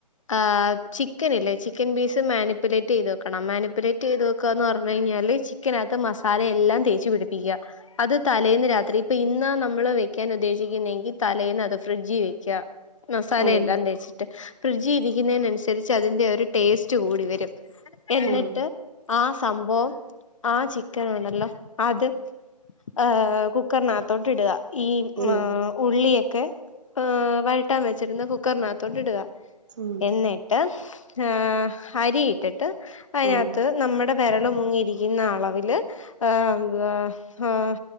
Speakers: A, on the left; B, on the right.
A: ആഹ് ചിക്കൻ ഇല്ലേ ചിക്കൻ പീസ് മാനിപ്പുലേറ്റ് ചെയ്ത് വെക്കണം. മാനിപ്പുലേറ്റ് ചെയ്ത് വെക്കുകന്ന് പറഞ്ഞു കഴിഞ്ഞാല് ചി ക്കനകത്ത് മസാല എല്ലാം തേച്ചുപിടിപ്പിക്കുക അത് ത ലേന്ന് രാത്രി ഇപ്പൊ ഇന്നാ നമ്മള് വെക്കാൻ ഉദ്ദേശിക്കുന്നെങ്കിൽ തലേന്ന് അത് ഫ്രിഡ്ജിൽ വെക്ക. മസാലയെല്ലാം
B: ആഹ് ആഹ്
A: തേച്ചിട്ട് ഫ്രിഡ്ജിൽ ഇരിക്കുന്നതിനന്നുസരിച്ച് അതിൻ്റെ ഒരു ടേസ്റ്റ് കൂടി വരും. എന്നിട്ട്.
B: ഉം
A: ആ സംഭവം ആ ചിക്കന് ഉണ്ടല്ലോ അത് ഏഹ് ഏഹ് കുക്കറിനകത്തോട്ട് ഇടുക ഈ
B: ഉം
A: ആ ഉള്ളിയൊക്കെ. ഏഹ് വഴട്ടാൻ വെച്ചിരുന്ന കുക്കറിനകത്തോണ്ട് ഇടുക
B: ഉം
A: എന്നി ട്ട് ഏഹ് അരി ഇട്ടിട്ട് അതിനകത്ത്.
B: ഉം
A: നമ്മുടെ വിരല് മുങ്ങിയിരിക്കുന്ന അളവില് ഏഹ് എന്താ ഏഹ്